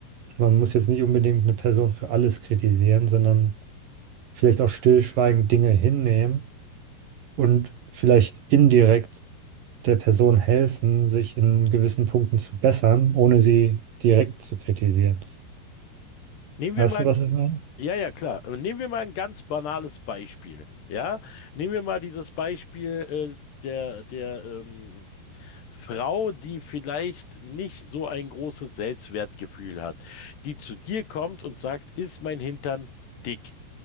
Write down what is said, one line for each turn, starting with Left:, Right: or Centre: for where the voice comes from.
Right: Man muss jetzt nicht unbedingt eine Person für alles kritisieren, sondern vielleicht auch stillschweigend Dinge hinnehmen und vielleicht indirekt der Person helfen, sich in gewissen Punkten zu bessern, ohne sie direkt zu kritisieren.
Left: Nehmen
Right: Weißt
Left: wir mal,
Right: du, was ich meine?
Left: ja, ja, klar, Äh, nehmen wir mal ein ganz banales Beispiel. Ja, nehmen wir mal dieses Beispiel äh, der, der, ähm, Frau, die vielleicht nicht so ein großes Selbstwertgefühl hat, die zu dir kommt und sagt, ist mein Hintern dick?